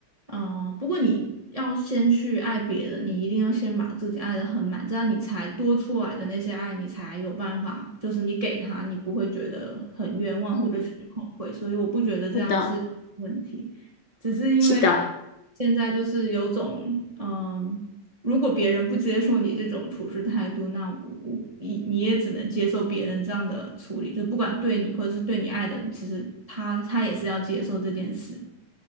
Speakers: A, on the right; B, on the left.
A: 嗯、不过你要先去爱别人，你一定要先把自己爱得很满，这样你才多出来的那些爱，你才有办法，就是你给他，你不会觉得很冤枉或者是很后悔。
B: 嗯，
A: 所以我不觉得这样是有问题，
B: 是的，
A: 只是因为
B: 是的，
A: 现在就是有种，嗯、如果别人不接受你这种处事态度，那我你你也只能接受别人这样的处理，就不管对你或者是对你爱的人，其实他他也是要接受这件事。